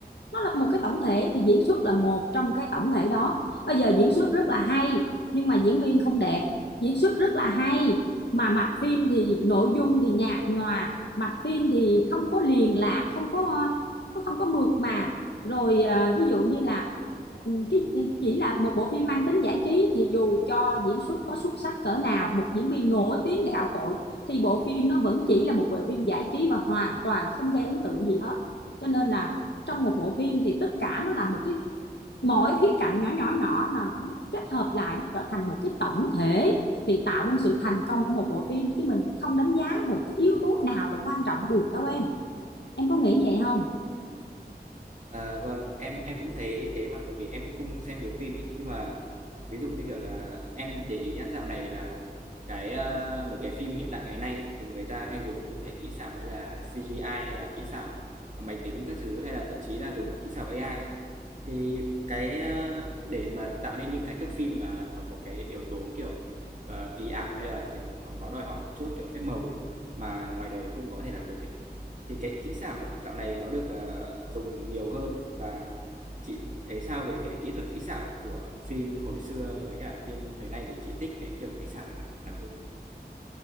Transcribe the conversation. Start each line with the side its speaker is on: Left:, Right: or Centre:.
Left: nó là một cái tổng thể thì diễn xuất là một trong cái tổng thể đó bây giờ diễn xuất rất là hay nhưng mà diễn viên không đẹp diễn xuất rất là hay mà mạch phim thì nội dung thì nhạt nhòa mạch phim thì không có liền lạc không có nó không có mượt mà rồi à, ví dụ như là ừ, cái chỉ là một bộ phim mang tính giải trí thì dù cho diễn xuất có xuất sắc cỡ nào một diễn viên nổi tiếng gạo cội thì bộ phim nó vẫn chỉ là một bộ phim giải trí và hoàn toàn không gây ấn tượng gì hết cho nên là trong một bộ phim thì tất cả nó là một cái mỗi khía cạnh nhỏ nhỏ nhỏ là nó kết hợp lại nó trở thành một cái tổng thể thì tạo nên sự thành công của một bộ phim chứ mình không đánh giá một cái yếu tố nào là quan trọng được đâu em em có nghĩ vậy không
Right: À, vâng, em em cũng thấy thế mà, bởi vì em cũng không xem nhiều phim ấy, nhưng mà ví dụ như kiểu là em để ý nhá, dạo này là cái ờ, mấy cái phim hiện đại ngày nay ấy, thì người ta hay dùng những cái kỹ xảo hay là CGI hay là kỹ xảo máy tính các thứ hay là thậm chí là dùng cả kỹ xảo AI ấy. Thì cái ờ, để mà tạo nên những cái thước phim mà nó có cái yếu tố kiểu ờ, kỳ ảo hay là kiểu nó nó đòi hỏi một chút kiểu phép màu ấy mà ngoài đời không có thể làm được ấy thì cái kỹ xảo dạo này nó được, ờ, dùng nhiều hơn và chị thấy sao về cái kỹ thuật kỹ xảo của phim hồi xưa với cả phim thời nay thì chị thích cái kiểu kỹ xảo nào nào hơn?